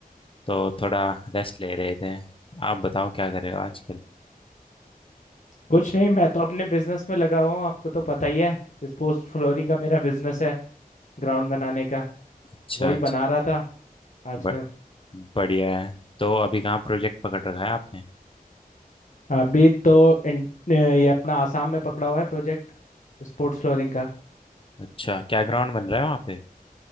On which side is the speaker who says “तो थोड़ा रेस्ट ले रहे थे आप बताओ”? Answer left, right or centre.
Left